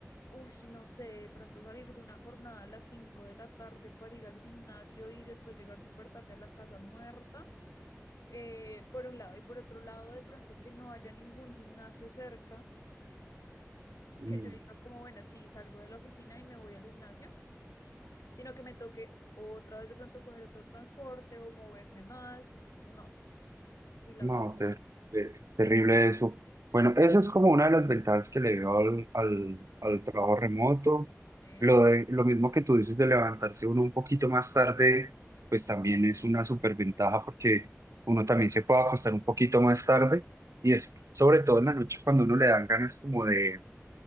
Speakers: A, on the left; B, on the right.
A: uy, no sé, de pronto salir de una jornada a las 5 de la tarde para ir al gimnasio y después llegar súper tarde a la casa muerta, eh, por un lado, y por otro lado, de pronto que no haya ningún gimnasio cerca,
B: Mm.
A: que yo diga como, bueno, sí, salgo de la oficina y me voy al gimnasio, sino que me toque otra vez de pronto coger otro transporte o moverme más, no, y la
B: No,
A: verdad,
B: terrible, terrible eso. Bueno, eso es como una de las ventajas que le veo al, al, al trabajo remoto.
A: ¿eh?
B: Lo de, lo mismo que tú dices de levantarse uno un poquito más tarde, pues también es una superventaja porque uno también se puede acostar un poquito más tarde y es sobre todo en la noche cuando uno le dan ganas como de,